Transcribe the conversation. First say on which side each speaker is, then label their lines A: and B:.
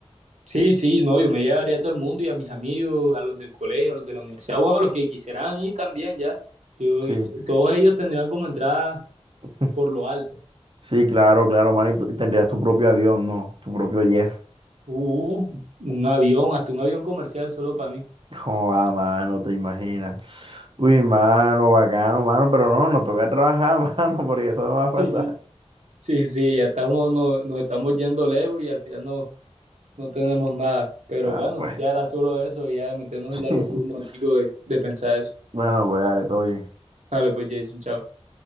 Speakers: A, on the right; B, on the right.
A: Sí, sí, no, yo me llevaría a todo el mundo y a mis amigos, a los del colegio, a los de la universidad o a los que quisieran ir también ya. Yo,
B: Sí,
A: todos ellos tendrían como entrada
B: <laughs>
A: por lo alto.
B: sí, claro, claro, mano. Y, tú- y tendrías tu propio avión, ¿no? Tu propio jet.
A: Uh, un avión, hasta un avión comercial solo para mí.
B: Joda, mano, te imaginas. Uy, mano, bacano, mano, pero no, nos toca trabajar, <laughs> mano, porque eso no va a pasar.
A: <laughs> Sí, sí, ya estamos, no- nos, estamos yendo lejos y al final no, no tenemos nada. Pero
B: Ah,
A: bueno,
B: pues.
A: ya era solo eso, ya meternos
B: <laughs>
A: en la locura un momentico de, de pensar eso.
B: Bueno, pues dale, todo bien.
A: Dale, pues Jason, chao.